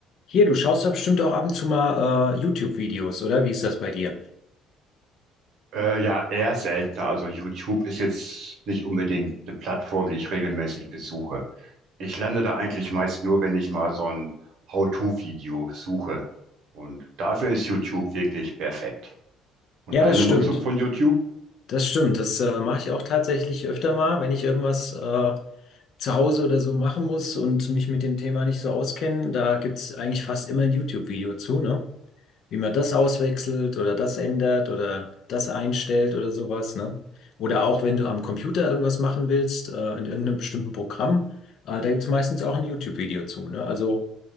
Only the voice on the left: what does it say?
Hier, du schaust doch bestimmt auch ab und zu mal äh, YouTube-Videos, oder? Wie ist das bei dir?
Ja,
das stimmt.
Das stimmt. Das äh, mache ich auch tatsächlich öfter mal, wenn ich irgendwas äh, zu Hause oder so machen muss und mich mit dem Thema nicht so auskenne. Da gibt es eigentlich fast immer ein YouTube-Video zu, ne? Wie man das auswechselt oder das ändert oder das einstellt oder sowas, ne? Oder auch wenn du am Computer irgendwas machen willst, äh, in irgendeinem bestimmten Programm, äh, da gibt es meistens auch ein YouTube-Video zu, ne? Also.